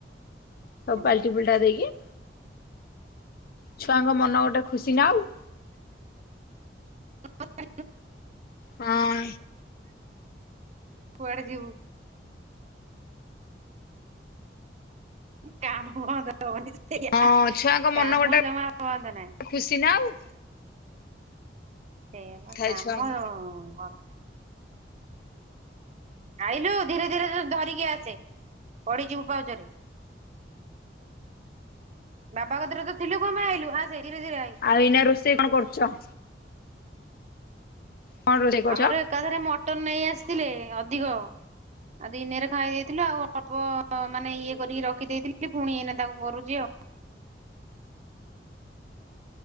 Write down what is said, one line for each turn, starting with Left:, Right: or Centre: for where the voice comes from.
Right: ରଜ
Left: ସବୁ ପାଲଟି ଫୁଲଟା ଦେଇକି। ଛୁଆଙ୍କ ମନ ଗୋଟେ ଖୁସି ନା ଆଉ।
Right: <inaudible> <inaudible>
Left: ହଁ
Right: କୁଆଡେ ଯିବୁ? କାମ ବନ୍ଦ ହବନି ସେୟା
Left: ହଁ ଛୁଆଙ୍କ
Right: କାମ
Left: ମନ ଗୋଟେ
Right: ଜମା ବନ୍ଦ ନାହିଁ।
Left: ଖୁସି ନାଉ।
Right: ସେୟା ପା
Left: ଥାଏ
Right: କାମ
Left: ଛୁଆଙ୍କ।
Right: ବନ୍ଦ ନାହିଁ। ଆଇଲୁ ଧୀରେ ଧୀରେ ଧରିକି ଆସେ ପଡିଯିବୁ ପାଉଛରେ।
Left: ଆ <unintelligible>
Right: ବାବା କତିରେ ତ ଥିଲୁ କଣପାଇଁ ଆଇଲୁ ଆସେ ଧୀରେ ଧୀରେ ଆଇ।
Left: ଆଉ ଏଇନା ରୋଷେଇ କଣ କରୁଛ? କଣ ରୋଷେଇ କରୁଛ
Right: ଆମର ଏକାଥରେ ମଟନ୍ ନେଇ ଆସିଥିଲେ ଅଧିକ। ଆଉ ଦିନେରେ ଖାଇ ଦେଇଥିଲୁ ଆଉ ଅଳ୍ପ ମାନେ ଇଏ କରିକି ରଖିଦେଇଥିଲି ପୁଣି ଏଇନା ତାକୁ କରୁଛି ଆଉ।